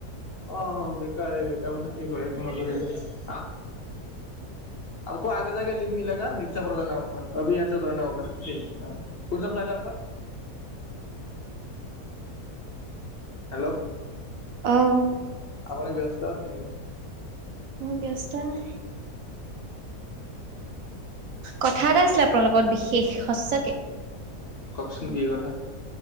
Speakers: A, on the left; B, on the right.
A: অ বেকাৰে বেকাৰ মানে কি কৰিম একো নকৰে। হা, আকৌ আগে যাগে লিপ মিলেগা, লিপ চে আভি য়হা চে উতাৰ না হৌগা কনচা ফ্লাইট হে আপকা? হেল্ল'
B: আহ।
A: আপুনি ব্যস্ত আছে নেকি?
B: ব্যস্ত নাই। কথা এটা আছিলে আপোনাৰ লগত বিশেষ সচাকে।
A: কওকচোন কি কথা?